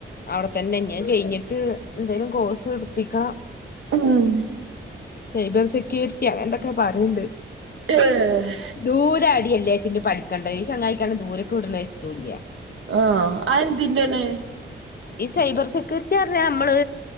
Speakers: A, on the left; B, on the right.
A: അവിടെ തന്നെ ഞ് അഹ് കഴിഞ്ഞിട്ട് എന്തേലും കോഴ്സ് ഇടുപ്പിക്കണം
B: ഉം
A: സൈബർ സെക്യൂരിറ്റ്യോ അങ്ങനെ എന്തൊക്കെ പറയണ്ട്
B: എഹ്
A: ദൂരാ ആടി എല്ലേച്ച്ട്ട് പഠിക്കേണ്ടത് ഈ സങ്ങായിക്കാണ്ട് ദൂരക്ക് വിടണത് ഇഷ്ട്ടൂല്ല്യ.
B: ആഹ് അയ് എന്തിൻ്റാണ്?
A: ഈ സൈബർ സെക്യൂരിറ്റി പറഞ്ഞാ നമ്മള്